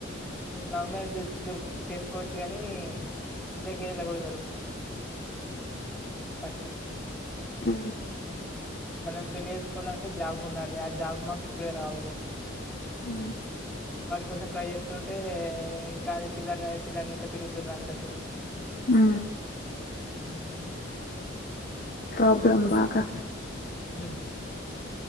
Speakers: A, in the centre; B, on the left.
A: లవ్ మ్యారేజ్ చేస్తే దొర్ చేసుకోవచ్చు కానీ ఇళ్ళకెళ్ళి ఎల్లగొడ్తరు నేస్టు
B: ఆ
A: వాళ్ళన్ పెళ్లి ఏస్కోవాలంటే జాబ్ ఉండాలి ఆ జాబ్ మాకిప్పుడే రావు
B: మ్
A: వాటి కోసం ట్రై చేత్తుంటే గాలి చిల్లర్ చిల్లర్లెక్క తిరుగుతుర్రంటరు
B: ఆ
A: మ్
B: ప్రాబ్లమ్ బాగా
A: మ్